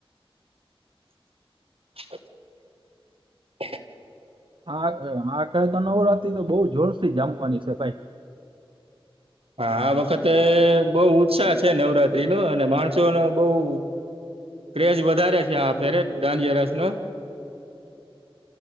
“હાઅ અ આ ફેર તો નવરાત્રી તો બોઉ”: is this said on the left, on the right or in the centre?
Right